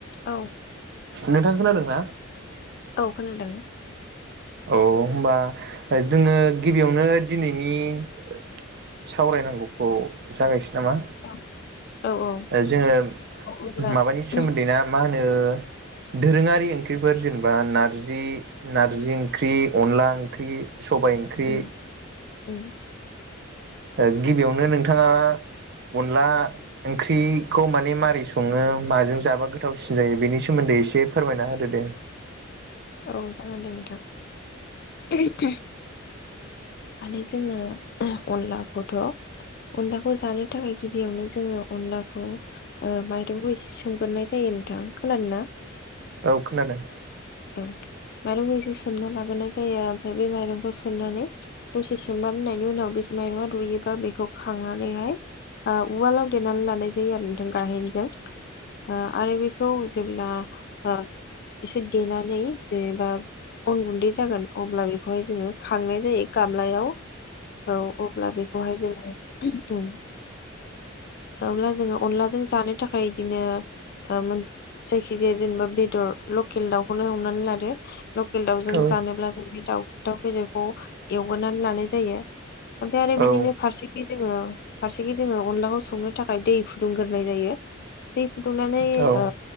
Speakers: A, on the left; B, on the right.
A: औ
B: नोंथां खोनादों ना
A: औ खोनादों
B: औ होनबा जोङो गिबियावनो दिनैनि ओ सावरायनांगौखौ जागायसै नामा
A: औ औ
B: ओ जोङो
A: अब्ला
B: माबानि सोमोन्दै
A: उम
B: ना मा होनो दोरोङारि ओंख्रिफोर जेनेबा नारजि नारजि ओंख्रि अनला ओंख्रि सबाय ओंख्रि
A: उम उम
B: ओ गिबियावनो नोंथाङा अनला ओंख्रिखौ माने मारै सङो माजों जाबा गोथावसिन जायो बेनि सोमोन्दै एसे फोरमायना होदो दे
A: औ जागोन दे नोंथां उमह उम माने जोङो ओह अनलाखौथ' अनलाखौ जानो थाखाय गिबियावनो जोङो अनलाखौ ओ माइरंखौ इसे सोमगोरनाय जायो नोंथां खोनादोंना
B: औ खोनादों
A: औ माइरंखौ एसे सोमना लागोरनाय जायो ओमफाय बे माइरंखौ सोमनानै दसे सोमनानै दोननायनि उनाव बे माइरंआ रुयोबा बेखौ खांनानैहाय ओ उवालाव देनानै लानाय जायो आरो नोंथां गाहेनजों ओ आरो बेखौ जेब्ला ओ एसे देनानै जेनेबा अन गुन्दै जागोन अब्ला बेखौ हाय जोङो खांनाय जायो गामब्लायाव औ अब्ला बेखौहाय जोङो उम उम अब्ला जोङो अनलाजों जानो थाखाय इदिनो ओ मोन जायखिजाया जेनेबा बेदर लखेल दाउखौनो हमनानै लादो लकेल दाउजों
B: औ
A: जानोब्ला जों बे दाउ दाउ <unintelligible> खौ एवगोरनानै लानाय जायो ओमफाय आरो
B: औ
A: बिदिनो फारसेथिं जोङो फारसेखै जोङो अनलाखौ संनो थाखाय दै फुदुंगोरनाय जायो दै फुदुंनानै
B: औ
A: ओ